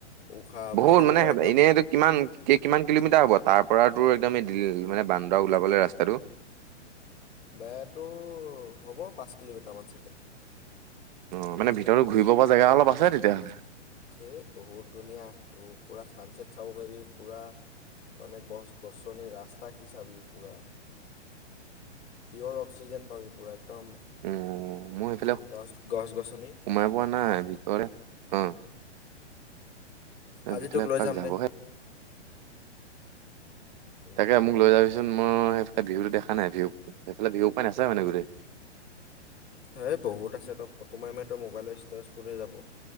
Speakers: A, on the left (about 70°); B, on the right (about 40°).
A: উশাহ
B: বহুত মানে
A: পূৰা
B: হে-এনে
A: একদম
B: এইটো কিমান কে কিমান কিলোমিটাৰ হ'ব তাৰ পৰা তোৰ একদম মানে এ দিল বান্দদৰা ওলাবলে ৰাস্তাটো?
A: বে টোৰ হ'ব পাঁচ কিলোমিটাৰমান চাগে।
B: অ', মানে ভিতৰতো ঘূৰিব পৰা জেগা অলপ আছে তেতিয়াহ'লে।
A: ধেৎ বহুত ধুনীয়া, তোৰ পুৰা চানচেট চাব পাৰিবি পুৰা মানে গছ গছনিৰ ৰাস্তা কি চাবি পুৰা। পিয়ৰ অক্সিজেন পাবি পুৰা একদম
B: উম, মই সেইফালে
A: গছ গছ গছনি
B: সোমাই পোৱা নাই ভিতৰতে, অ'।
A: আজি
B: ভিতৰলে
A: তোক লৈ
B: এপাক
A: যাম
B: যাবহে
A: দে উম,
B: তাকে মোক লৈ যাবি চোন মই সেইফালে ভিউটো দেখা নাই, ভিউ সেইফালে ভিউপইন্ট আছে মানে গোটেই।
A: হেই বহুত আছে, তই ফটো মাৰি মাৰি তোৰ মোবাইলৰ ষ্টৰেজ ফুল হৈ যাব।